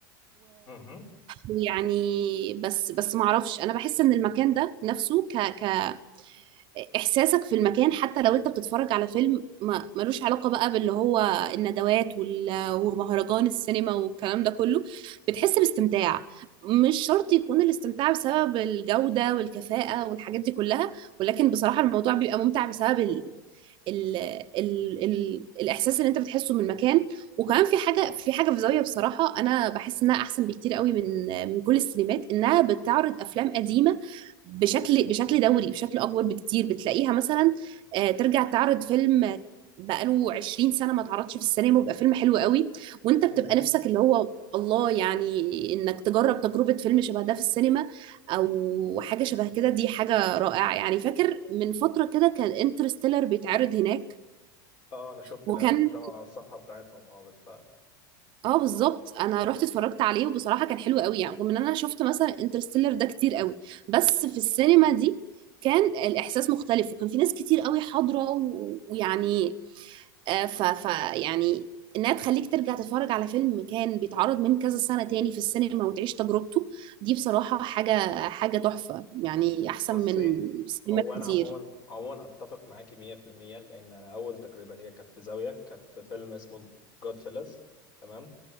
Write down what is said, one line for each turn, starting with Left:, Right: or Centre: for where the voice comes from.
Left: مهم.
Right: ويعني بس بس ما اعرفش انا بحس ان المكان ده نفسه ك ك احساسك في المكان حتى لو انت بتتفرج على فيلم ما ملوش علاقه بقى باللي هو الندوات وال- ومهرجان السينما والكلام ده كله بتحس باستمتاع مش شرط يكون الاستمتاع بسبب الجوده والكفاءه والحاجات دي كلها ولكن بصراحه الموضوع بيبقى ممتع بسبب ال... ال... ال... ال... الاحساس اللي انت بتحسه من المكان وكمان في حاجه في حاجه في زاويه بصراحه انا بحس انها احسن بكتير قوي من من كل السينمات انها بتعرض افلام قديمه بشكل بشكل دوري بشكل اكبر بكتير بتلاقيها مثلا آه، ترجع تعرض فيلم بقاله 20 سنه ما اتعرضش في السينما ويبقى فيلم حلو قوي وانت بتبقى
Left: مهم.
Right: نفسك اللي هو الله يعني انك تجرب تجربه فيلم شبه ده في السينما او حاجه شبه كده دي حاجه رائعه يعني فاكر من فتره كده كان انترستيلر بيتعرض هناك
Left: اه انا شفت
Right: وكان
Left: الاعلان بتاعه على الصفحه بتاعتهم اه بالفعل
Right: اه بالظبط انا رحت اتفرجت عليه وبصراحه كان حلو قوي يعني رغم ان انا شفت مثلا انترستيلر ده كتير قوي بس في السينما دي كان الاحساس مختلف وكان في ناس كتير قوي حاضره و- ويعني آه، ف ف يعني انها تخليك ترجع تتفرج على فيلم كان بيتعرض من كذا سنه تاني في السينما وتعيش تجربته دي بصراحه حاجه حاجه تحفه يعني احسن
Left: بصي
Right: من سينمات
Left: هو انا
Right: كتير
Left: عموما عموما اتفق معاكي 100% لان انا اول تجربه ليا كانت في زاويه كانت في فيلم اسمه جود فيلز تمام